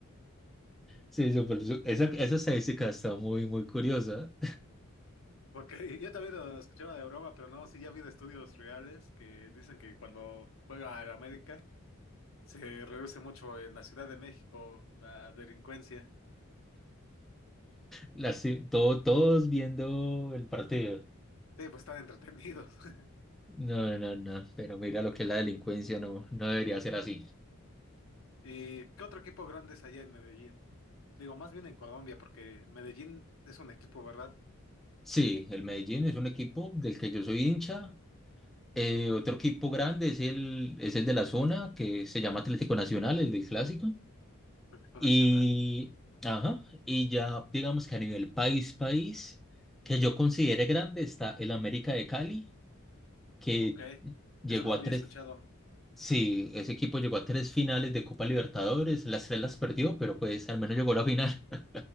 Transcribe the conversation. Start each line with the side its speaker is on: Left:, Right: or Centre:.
Centre: sí, súper su- esa, esa estadística está muy, muy curiosa.
Left: Porque <laughs> yo también lo escuchaba de broma, pero no, sí ya vi de estudios reales que dicen que cuando juega el América se reduce mucho en la Ciudad de México la delincuencia.
Centre: Las, todo, todos viendo el partido.
Left: Sí, pues están entretenidos. <laughs>
Centre: No, no, no, pero mira lo que es la delincuencia, no, no debería ser así.
Left: ¿Y qué otro equipo grande es allá en Medellín? Digo, más bien en Colombia, porque Medellín es un equipo, ¿verdad?
Centre: Sí, el Medellín es un equipo del que yo soy hincha, Eh, otro equipo grande es el, es el de la zona, que se llama Atlético Nacional, el del clásico.
Left: Un equipo
Centre: Y,
Left: nacional.
Centre: ajá, y ya digamos que a nivel país, país, que yo considere grande, está el América de Cali, que
Left: Ok,
Centre: llegó
Left: eso no lo
Centre: a
Left: había
Centre: tres,
Left: escuchado.
Centre: sí, ese equipo llegó a tres finales de Copa Libertadores, las tres las perdió, pero pues al menos llegó a la final. <laughs>